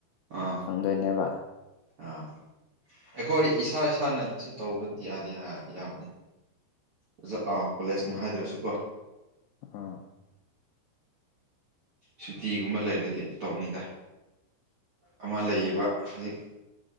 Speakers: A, on the right; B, on the left.
A: ꯑꯥ
B: ꯈꯪꯗꯣꯏꯅꯦꯕ
A: ꯑꯥ ꯑꯩꯈꯣꯏ ꯏꯁꯥ ꯏꯁꯥꯅꯁꯨ ꯇꯧꯕ ꯌꯥꯗꯦ ꯌꯥꯕꯅꯤ ꯑꯣꯖ ꯑꯥ ꯀꯣꯂꯦꯖꯅ
B: ꯎꯝ
A: ꯍꯥꯏꯗ꯭ꯔꯁꯨꯀꯣ
B: ꯎꯝ
A: ꯁꯨꯇꯤꯒꯨꯝꯕ ꯂꯩꯔꯗꯤ ꯇꯧꯅꯤꯗ ꯑꯃ ꯂꯩꯔꯤꯕꯕ ꯍꯧꯖꯤꯛ